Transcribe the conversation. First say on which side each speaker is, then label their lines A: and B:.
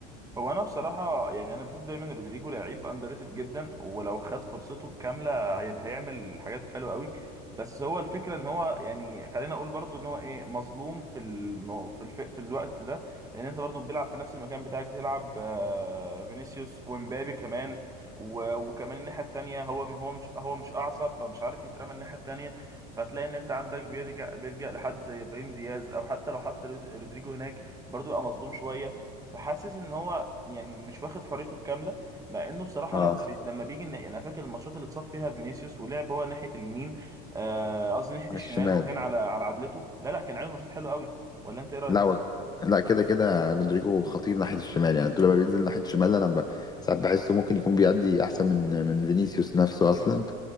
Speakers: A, on the right; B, on the left.
A: هو انا بصراحه يعني انا بشوف دايما رودريجو لعيب اندر ريتد جدا ولو خد فرصته الكامله هيبقى هيعمل حاجات حلوه قوي بس هو الفكره ان هو يعني خلينا اقول برضو ان هو ايه مظلوم في الم... في الف... في الوقت ده لان انت برضو بيلعب في نفس المكان بتاعك بيلعب آه، فينيسيوس ومبابي كمان و... وكمان الناحيه التانيه هو هو مش هو مش اعصر فمش عارف يترمى الناحيه التانيه فتلاقي ان انت عندك بيرجع بيلجأ لحد زي ابراهيم دياز او حتى لو حط رود- رودريجو هناك برضو يبقى مظلوم شويه فحاسس ان هو يعني مش واخد حريته الكامله مع انه بصراحه
B: اه
A: لما بي- لما بيجي إن- انا فاكر الماتشات اللي اتصاب فيها فينيسيوس ولعب هو ناحيه اليمين آه، قصدي ناحيه
B: على
A: الشمال
B: الشمال
A: وكان على على عدلته لا لا كان عامل ماتشات حلوه قوي ولا انت ايه رايك؟
B: لا هو لا كده كده رودريجو خطير ناحيه الشمال يعني طول ما بينزل ناحيه الشمال انا ب... ساعات بحسه ممكن يكون بيأدي احسن من من فينيسيوس نفسه اصلا